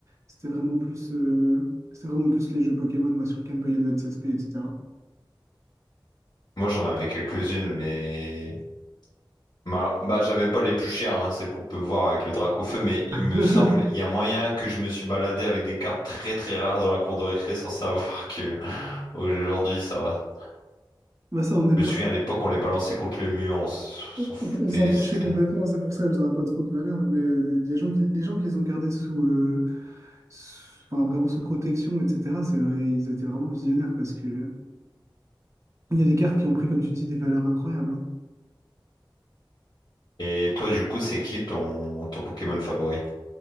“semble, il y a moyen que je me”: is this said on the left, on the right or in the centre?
Left